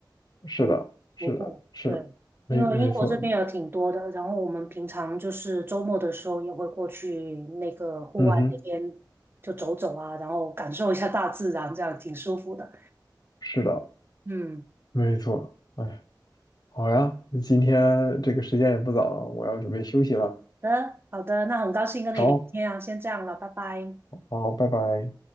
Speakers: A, on the left (about 60°); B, on the right (about 30°).
A: 是的，
B: 可以徒步，
A: 是的，是的，
B: 对，
A: 没没错，
B: 因为英国这边有挺多的，然后我们平常就是周末的时候也会过去那个户外那边就走走啊，
A: 嗯哼，
B: 然后感受一下大自然，这样挺舒服的。
A: 是的，
B: 嗯，
A: 没错。哎，好呀，今天这个时间也不早了，我要准备休息了。
B: 好的，好的，那很高兴跟你聊天啊，
A: 好，
B: 先这样了，拜拜。
A: 好，拜拜。